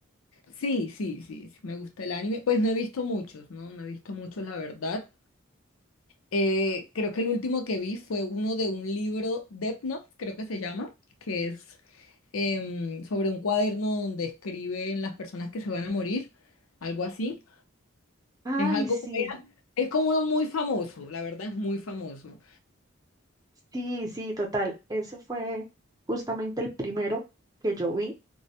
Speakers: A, on the left; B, on the right.
A: Sí, sí, sí, sí, me gusta el anime. Pues no he visto muchos, ¿no? No he visto muchos, la verdad. Eh, creo que el último que vi fue uno de un libro, Death Note, creo que se llama, que es em, sobre un cuaderno donde escriben las personas que se van a morir, algo así.
B: Ay,
A: Es algo
B: sí.
A: como- es como uno muy famoso, la verdad es muy famoso.
B: Sí, sí, total. Ese fue justamente el primero que yo vi.